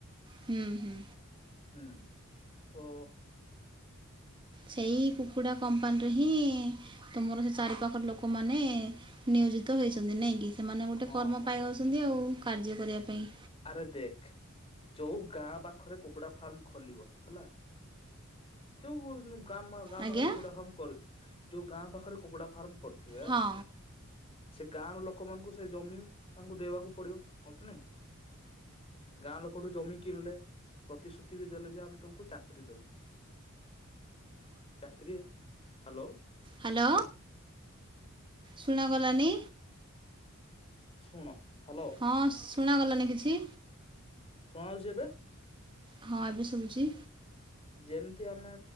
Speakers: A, on the right; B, on the left.
A: ହୁଁ ହୁଁ
B: ହୁଁ। ତୋ।
A: ସେଇ କୁକୁଡା କମ୍ପାନୀରେ ହିଁ ତୁମର ସେ ଚାରି ପା ଲୋକମାନେ ନିୟୋଜିତ ହେଇଛନ୍ତି ନାଇକି ସେମାନେ ଗୋଟେ
B: ହଁ
A: କର୍ମ
B: ହଁ
A: ପାଇ ଯାଉଛନ୍ତି ଆଉ। କାର୍ଯ୍ୟ କରିବା ପାଇଁ।
B: ଆରେ ଦେଖ ଯୋଉ ଗାଁ ପାଖରେ କୁକୁଡା ଫାର୍ମ ଖୋଲିବ ହେଲା ଯୋଉ। <unintelligible> ଗାମ ଗାଁ
A: ଆଜ୍ଞା
B: ପାଖରେ କୁକୁଡା ଫାର୍ମ କରିଦେ ଯୋଉ ଗାଁ ପାଖରେ କୁକୁଡା ଫାର୍ମ କରୁଥିବେ ହେଲା।
A: ହଁ
B: ସେ ଗାଁ ର ଲୋକମାନଙ୍କୁ ସେ ଜମି ତାଙ୍କୁ ଦେବାକୁ ପଡିବ ହଁ କି ନାଇ। ଗାଁ ଲୋକଠୁ ଜମି କିଣିଲେ। ପ୍ରତିଶ୍ରୁତି ବି ଦେଲେ ଯେ ଆମେ ତମକୁ ଚାକିରି ଦେବୁ। ଚାକିରୀ ହାଲୋ।
A: ହାଲୋ ଶୁଣା ଗଲାନି।
B: ଶୁଣ। ହ୍ୟାଲୋ
A: ହଁ ଶୁଣାଗଲାନି କିଛି।
B: ଶୁଣା ହଉଛି ଏବେ।
A: ହଁ ଏବେ ଶୁଭୁଛି।
B: ଯେମିତି ଆମେ